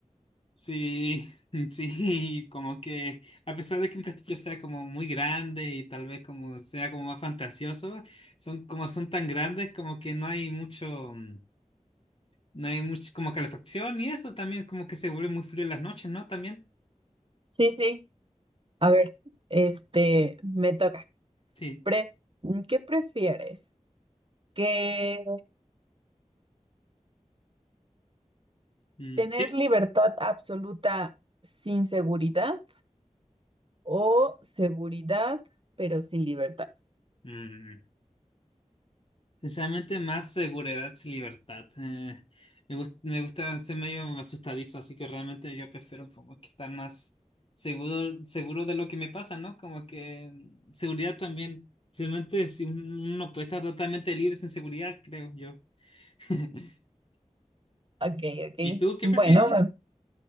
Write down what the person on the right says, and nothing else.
Sí, sí. A ver, este, me toca.
Pref- ¿qué prefieres? que
¿Tener
libertad absoluta sin seguridad o seguridad pero sin libertad?
Ok, ok.
Bueno,
me-